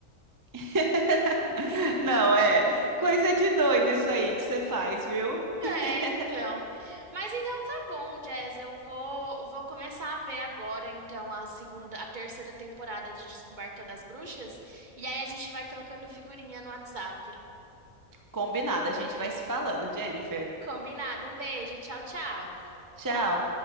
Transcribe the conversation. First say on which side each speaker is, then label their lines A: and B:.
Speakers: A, on the right; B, on the right.
A: <laughs> Não, é coisa de doido isso aí que você faz, viu?
B: É,
A: <laughs>
B: então. Mas então tá bom, Jazz. Eu vou, vou começar a ver agora, então, a segunda, a terceira temporada de Descoberta das Bruxas. E aí a gente vai trocando figurinha no WhatsApp.
A: Combinado, a gente vai se falando, Jennifer.
B: Combinado. Um beijo. Tchau, tchau.
A: Tchau.